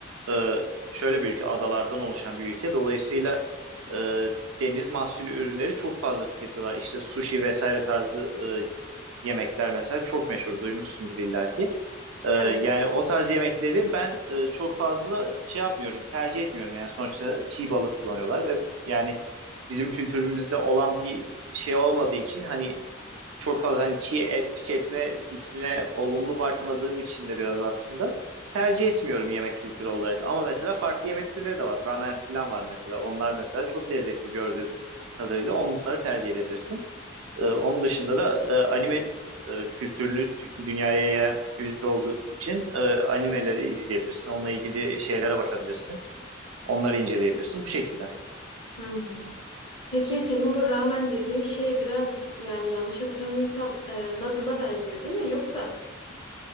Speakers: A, on the right; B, on the left.
A: e, şöyle bir ülke adalardan oluşan bir ülke. Dolayısıyla e, deniz mahsulü ürünleri çok fazla tüketiyorlar. İşte sushi vesaire tarzı e, yemekler mesela çok meşhur duymuşsundur illaki. Ee,
B: Evet.
A: yani o tarz yemekleri ben e, çok fazla şey yapmıyorum, tercih etmiyorum. Yani sonuçta çiğ balık kullanıyorlar ve yani bizim kültürümüzde olan bir şey olmadığı için hani çok fazla hani çiğ et tüketme fikrine olumlu bakmadığım için de biraz aslında tercih etmiyorum yemek kültürü olarak. Ama mesela farklı yemek türleri de var. Ramen falan var mesela. Onlar mesela çok lezzetli gördüğüm kadarıyla onları tercih edebilirsin. Ee, onun dışında da e, anime e, kültürünü tü- dünyaya yayan ülke olduğu için e, animeleri izleyebilirsin. Onunla ilgili şeylere bakabilirsin. Onları inceleyebilirsin bu şekilde.
B: Hı hı. Peki senin bu ramen dediğin şey biraz yani yanlış hatırlamıyorsam e, noodle'a benziyor değil mi? Yoksa?